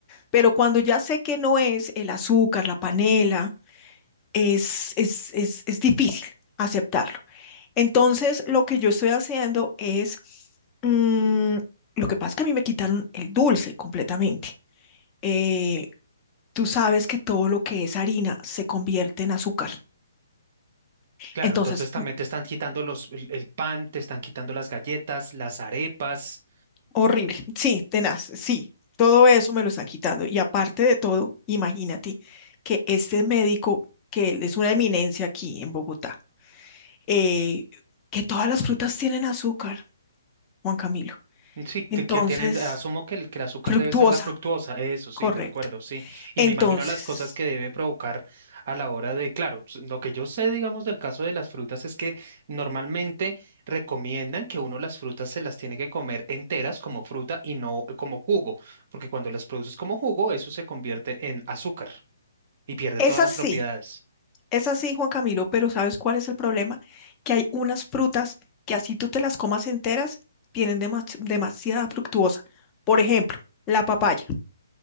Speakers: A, on the left; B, on the right.
A: Pero cuando ya sé que no es el azúcar, la panela, es, es, es, es difícil aceptarlo. Entonces, lo que yo estoy haciendo es, mm, lo que pasa es que a mí me quitaron el dulce completamente. Eh, tú sabes que todo lo que es harina se convierte en azúcar.
B: Claro,
A: Entonces,
B: entonces también te están quitando los, el, el pan, te están quitando las galletas, las arepas.
A: horrible. <laughs> Sí, tenaz, sí. Todo eso me lo están quitando. Y aparte de todo, imagínate que este médico, que él es una eminencia aquí en Bogotá, eh, que todas las frutas tienen azúcar, Juan Camilo.
B: Mm, Sí,
A: Entonces,
B: te- que tienen, asumo que el, que el azúcar
A: fructuosa,
B: debe ser la fructuosa, eso sí,
A: correcto.
B: de acuerdo, sí. Y
A: Entonces,
B: me imagino las cosas que debe provocar a la hora de, claro, s- lo que yo sé, digamos, del caso de las frutas es que normalmente recomiendan que uno las frutas se las tiene que comer enteras como fruta y no eh, como jugo, porque cuando las produces como jugo, eso se convierte en azúcar y pierde
A: es
B: todas
A: así,
B: las propiedades.
A: es así, Juan Camilo, pero ¿sabes cuál es el problema? Que hay unas frutas que así tú te las comas enteras, tienen demas- demasiada fructuosa. Por ejemplo, la papaya.